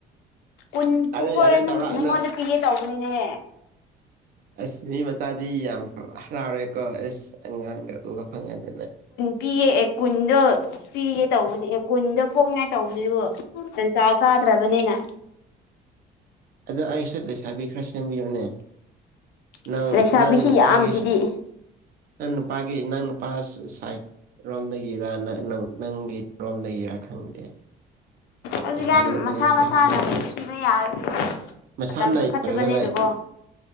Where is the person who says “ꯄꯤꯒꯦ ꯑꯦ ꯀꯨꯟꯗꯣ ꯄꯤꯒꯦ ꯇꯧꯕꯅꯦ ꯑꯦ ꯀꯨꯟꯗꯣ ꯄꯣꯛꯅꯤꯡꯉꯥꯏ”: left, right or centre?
Left